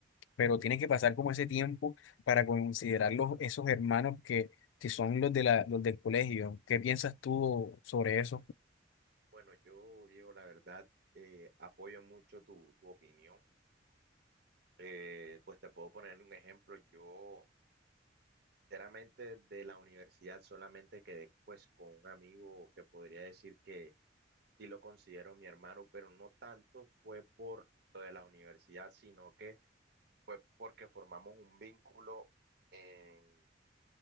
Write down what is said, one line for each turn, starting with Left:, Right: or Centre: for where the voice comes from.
Left: pero tiene que pasar como ese tiempo para considerar los, esos hermanos que, que son los de la, los del colegio. ¿Qué piensas tú sobre eso?
Right: Bueno, yo digo la verdad, eh, apoyo mucho tu, tu opinión. Eh, pues te puedo poner un ejemplo. Yo, sinceramente, de la universidad solamente quedé pues con un amigo que podría decir que sí lo considero mi hermano, pero no tanto fue por lo de la universidad, sino que fue porque formamos un vínculo en,